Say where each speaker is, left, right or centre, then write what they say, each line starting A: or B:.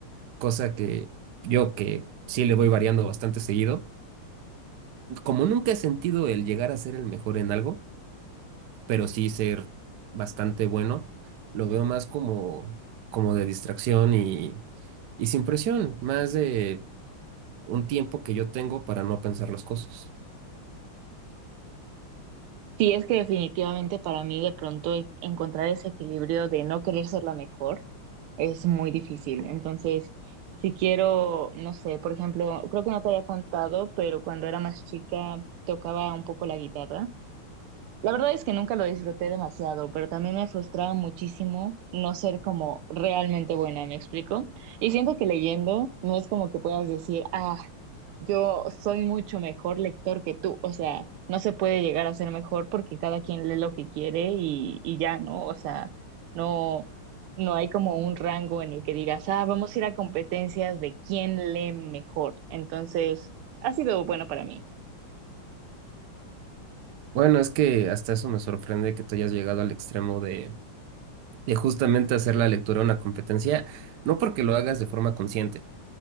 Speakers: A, on the right; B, on the right.
A: cosa que yo que sí le voy variando bastante seguido, como nunca he sentido el llegar a ser el mejor en algo, pero sí ser bastante bueno, lo veo más como, como de distracción y, y sin presión, más de un tiempo que yo tengo para no pensar las cosas.
B: Sí, es que definitivamente para mí de pronto e- encontrar ese equilibrio de no querer ser la mejor es muy difícil. Entonces, si quiero, no sé, por ejemplo, creo que no te había contado, pero cuando era más chica tocaba un poco la guitarra. La verdad es que nunca lo disfruté demasiado, pero también me frustraba muchísimo no ser como realmente buena, ¿me explico? Y siento que leyendo no es como que puedas decir, ah, yo soy mucho mejor lector que tú, o sea, no se puede llegar a ser mejor porque cada quien lee lo que quiere y, y ya, ¿no? O sea, no, no hay como un rango en el que digas, ah, vamos a ir a competencias de quién lee mejor. Entonces, ha sido bueno para mí.
A: Bueno, es que hasta eso me sorprende que tú hayas llegado al extremo de de justamente hacer la lectura una competencia, no porque lo hagas de forma consciente,